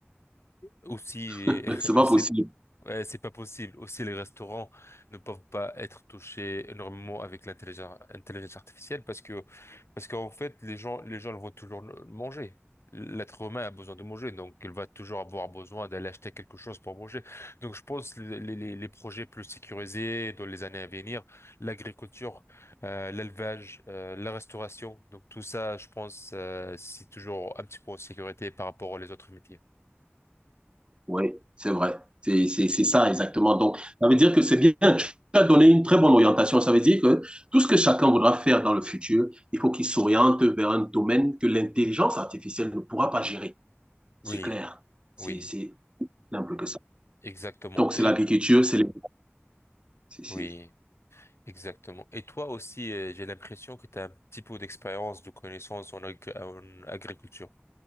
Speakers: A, on the left; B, on the right.
A: aussi,
B: <laughs>
A: <laughs>
B: C'est
A: aussi
B: pas possible.
A: Ouais, c'est pas possible. Aussi, les restaurants ne peuvent pas être touchés énormément avec l'intelligence intelligence artificielle parce que, parce qu'en fait, les gens, les gens ils vont toujours manger. L'être humain a besoin de manger, donc il va toujours avoir besoin d'aller acheter quelque chose pour manger. Donc, je pense que les, les, les projets plus sécurisés dans les années à venir, l'agriculture, euh, l'élevage, euh, la restauration, donc tout ça, je pense, euh, c'est toujours un petit peu en sécurité par rapport aux autres métiers.
B: Oui, c'est vrai. C'est c'est- c'est ça exactement. Donc, ça veut dire que c'est bien. Tu as donné une très bonne orientation. Ça veut dire que tout ce que chacun voudra faire dans le futur, il faut qu'il s'oriente vers un domaine que l'intelligence artificielle ne pourra pas gérer.
A: Oui,
B: C'est clair. C'est
A: oui,
B: c'est simple que ça.
A: exactement.
B: Donc, c'est
A: Et
B: l'agriculture, c'est les... c'est- c'est-
A: oui. Exactement. Et toi aussi, euh, j'ai l'impression que tu as un petit peu d'expérience, de connaissances en, agri- en agriculture.